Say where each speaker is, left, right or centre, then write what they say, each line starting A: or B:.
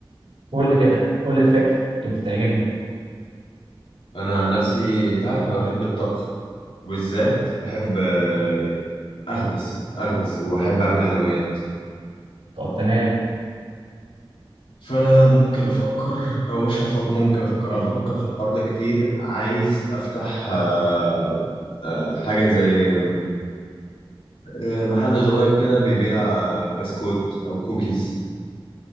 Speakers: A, on the right (about 85°); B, on the left (about 75°).
A: قول لي كده قول لي الفكره يمكن تعجبني
B: انا عن نفسي انت عارف انا بحب الطبخ وبالذات بحب آه، اخبز اخبز وبحب اعمل حلويات
A: طب تمام
B: فانا ممكن افكر او مش هف... ممكن افكر او بفكر في الحوار ده كتير عايز افتح آه، آه، حاجة زي آه، محل صغير كده بيبيع بسكوت او كوكيز